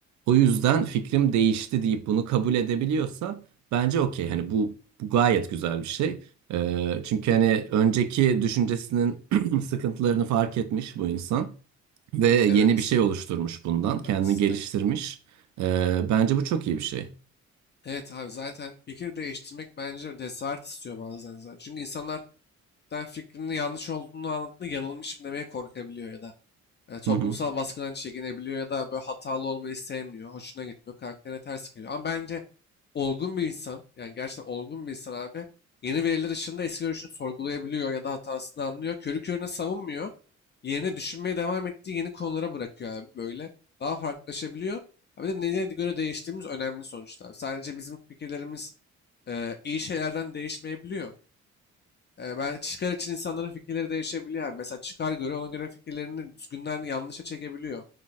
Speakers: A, on the right; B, on the left.
A: O yüzden fikrim değişti deyip bunu kabul edebiliyorsa bence okey hani bu, bu gayet güzel bir şey. Ee, çünkü hani önceki düşüncesinin <clears throat> sıkıntılarını fark etmiş bu insan. Ve yeni
B: Evet.
A: bir şey oluşturmuş bundan. Kendini
B: Haklısın.
A: geliştirmiş.
B: Aynen.
A: Ee, bence bu çok iyi bir şey.
B: Evet abi zaten fikir değiştirmek bence cesaret istiyor bazen zaten. Çünkü insanlar sen fikrinin yanlış olduğunu anladığında yanılmışım demeye korkabiliyor ya da e, toplumsal
A: Hı hı.
B: baskıdan çekinebiliyor ya da böyle hatalı olmayı sevmiyor, hoşuna gitmiyor, karakterine ters geliyor. Ama bence olgun bir insan, yani gerçekten olgun bir insan abi, yeni veriler ışığında eski görüşünü sorgulayabiliyor ya da hatasını anlıyor. Körü körüne savunmuyor. Yerine düşünmeye devam ettiği yeni konulara bırakıyor abi böyle. Daha farklılaşabiliyor. Abi de neye göre değiştiğimiz önemli sonuçta. abi. Sadece bizim fikirlerimiz e, iyi şeylerden değişmeyebiliyor. E, ben çıkar için insanların fikirleri değişebiliyor. abi. Mesela çıkar göre ona göre fikirlerini düzgünden yanlışa çekebiliyor.